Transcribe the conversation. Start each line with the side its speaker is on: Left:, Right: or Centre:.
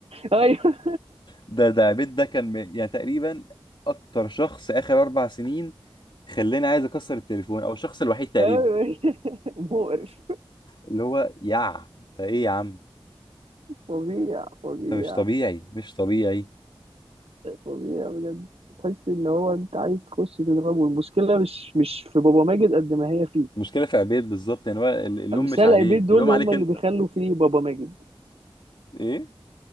Right: ايوه <laughs>
Left: ده ده عبيد ده كان م- يعني تقريبا اكتر شخص اخر اربع سنين خلاني عايز اكسر التليفون او الشخص الوحيد تقريبا
Right: أيوة. مقرف
Left: اللي هو يع انت ايه يا عم
Right: فظيع فظيع
Left: انت مش طبيعي مش طبيعي
Right: فظيع بجد تحس ان هو انت عايز تخش تضربه المشكله مش مش في بابا ماجد قد ما هي فيه
Left: المشكله في عبيد بالظبط يعني هو ال- اللوم
Right: امثال
Left: مش عليه
Right: عبيد دول
Left: اللوم عليك
Right: هم اللي
Left: انت
Right: بيخلوا فيه بابا ماجد
Left: ايه